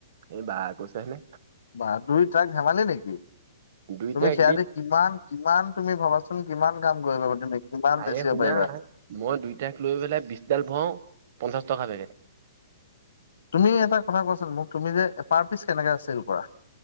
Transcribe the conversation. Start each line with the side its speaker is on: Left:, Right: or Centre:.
Right: এই বা গৈছাহি নে?
Left: বা দুই ট্ৰাক ধেমালি নেকি,
Right: দুইটা
Left: তুমি
Right: একদিন
Left: সেয়া দি কিমান, কিমান তুমি ভবা চোন কিমান কাম কৰিবা, তুমি কিমান
Right: আৰে
Left: বেছিব
Right: শুনা
Left: পাৰিবা।
Right: মই দুই ট্ৰাক লৈ পেলাই বিছডাল ভৰাওঁ, পঞ্চাছ টকা থাকে।
Left: তুমি এটা কথা কোৱাচোন মোক, তুমি যে পাৰ পিচ কেনেকে আছিল কোৱা?